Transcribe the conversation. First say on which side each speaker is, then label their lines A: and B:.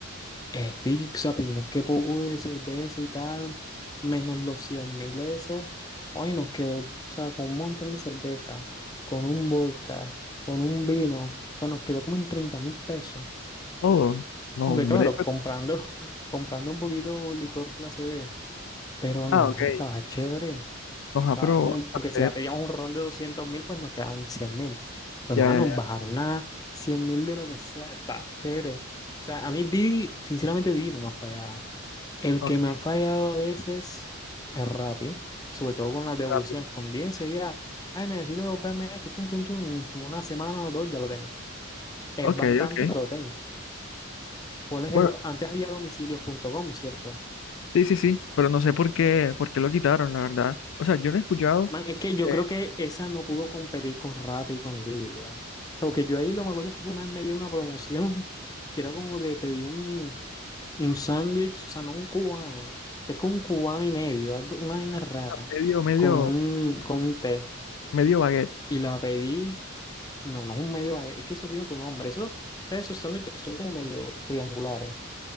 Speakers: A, on the left; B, on the left.
A: Este, y, o sea, pedimos qué poco de cerveza y tal, menos los cien mil esos. Hoy nos quedó, o sea, con un montón de cerveza, con un vodka, con un vino. O sea, nos quedó como en treinta mil pesos.
B: todo. No,
A: Aunque
B: hombre.
A: claro,
B: pero-
A: comprando, <laughs> comprando un poquito licor clase B. Pero no,
B: Ah, ok.
A: ah, estaba chévere.
B: Nos
A: Estábamos-
B: pero hacer.
A: porque si ya pedíamos un ron de doscientos mil, pues nos quedaban cien mil. Pero
B: Ya,
A: no, ah,
B: ya,
A: nos
B: ya.
A: bajaron a cien mil de lo que sea. Está chévere. O sea, a mí Didi, sinceramente Didi no me ha fallado. El
B: Ok,
A: que me ha fallado a veces es Rappi, sobre todo con las devoluciones.
B: rápido.
A: Con Didi enseguida, ay, necesito verme esto, tum, tum, tum, en como una semana o dos ya lo tengo. Es
B: Ok,
A: bastante,
B: ok.
A: pero lo tengo. ¿Cuál es
B: Bueno,
A: el o- Antes había domicilios.com, ¿cierto?
B: Sí, sí, sí, pero no sé por qué, por qué lo quitaron, la verdad. O sea, yo no he escuchado
A: Man, es que
B: que
A: yo creo que esa no pudo competir con Rappi y con Didi, ¿vale? Porque yo ahí lo me acuerdo fue que una vez me dio una promoción <laughs> que era como de pedir un, un sándwich, o sea, no un cubano, o sea, es como un cubano y medio, algo- una vaina rara,
B: ah, medio, medio,
A: con un, con un té.
B: medio baguette.
A: Y la pedí, no, no es un medio, es que eso tiene tu nombre, eso, esos sándwiches que son como medio triangulares.